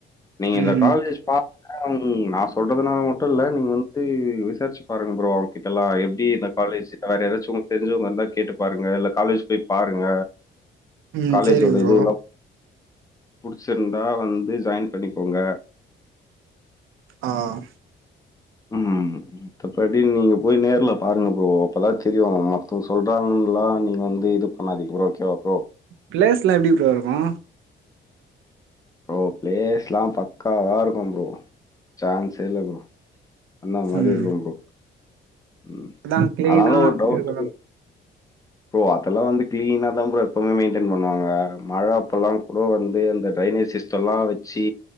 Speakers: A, on the left (about 15°); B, on the right (about 85°).
A: நீங்க
B: ம்
A: இந்த காலேஜ் ஸ்பா ஆ நா சொல்றதுனால மட்டு இல்ல நீங்க வந்து விசாரிச்சு பாருங்க ப்ரோ அவங்க கிட்டல்லா எப்டி காலேஜ் வேற எதாச்சு உங்க தெரிஞ்சவங்க இருந்தா கேட்டு பாருங்க இல்ல காலேஜ் போய் பாருங்க
B: ம்
A: காலேஜோட
B: சேரி ப்ரோ
A: இதுல்லா புடிச்சிருந்தா வந்து ஜாயின் பண்ணிக்கோங்க
B: ஆஹ்
A: உம் மத்தபடி நீங்க போய் நேர்ல பாருங்க ப்ரோ அப்பதா தெரியு மத்தங்க சொல்றாங்கலா நீங்க வந்து இது பண்ணாதிங்க ப்ரோ ஓகேவா ப்ரோ
B: பிளேஸ்லா எப்டி ப்ரோ இருக்கு
A: ப்ரோ பிளேஸ்லா பக்காவா இருக்கு ப்ரோ சான்ஸே இல்ல ப்ரோ அந்தா மாரி
B: ம்
A: இருக்கு ப்ரோ ம்.
B: அதா க்ளீனா
A: ஆனாலும் ஒரு டவுட்
B: இருக்கனு
A: ப்ரோ அதெல்லாம் வந்து க்ளீனா தா ப்ரோ எப்பவமே மெயின்டெய்ன் பண்ணுவாங்க மழ அப்பெல்லாம் கூட வந்து அந்த ட்ரைனேஜ் சிஸ் இது எல்லாம் வச்சு